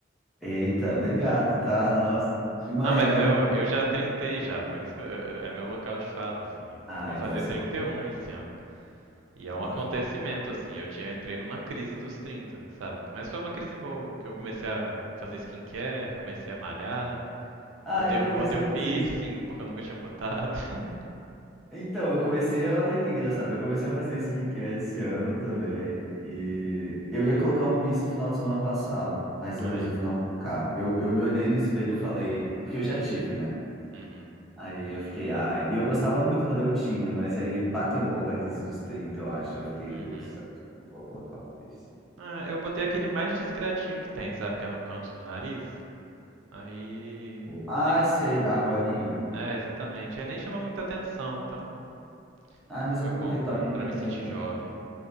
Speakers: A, in the centre; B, on the right (about 75°).
A: Eita, obrigado, tá? Nossa, de manhã.
B: Não, mas eu, eu já trintei já, por isso que eu- eu- é meu local de fala, assim.
A: Ah,
B: Eu vou fazer
A: então esse
B: trinta
A: é o local.
B: e um esse ano. E
A: Então
B: é um
A: tá
B: acontecimento,
A: tudo bem.
B: assim. Eu, tinha eu entrei numa crise dos 30, sabe? Mas foi uma crise boa, que eu comecei a fazer skincare, comecei a malhar,
A: Ah,
B: botei,
A: eu comecei
B: botei um
A: a
B: piercing,
A: fazer isso.
B: porque eu nunca tinha botado. <laughs>
A: Então, eu comecei, olha que engraçado, eu comecei a fazer skincare esse ano também. E eu ia colocar um piercing no final de semana passado, mas eu
B: Aí.
A: resolvi não colocar. Eu, eu me olhei no espelho e falei, porque eu já tive, né?
B: Uhum.
A: Aí eu fiquei, ah, e eu gostava muito quando eu tinha, mas aí bateu um pouco a crise dos 30, eu acho. Eu fiquei,
B: Uhum.
A: putz, não vou colocar um piercing.
B: Ah, eu botei aquele mais discretinho que tem, sabe? Que é no canto do nariz. Aí.
A: Ah,
B: Nem.
A: sei, a golinha.
B: É, exatamente. Aí nem chama muita atenção, então
A: Ah, mas
B: Foi
A: é bonito,
B: bom pra,
A: tá bem
B: pra
A: contente,
B: me sentir jovem.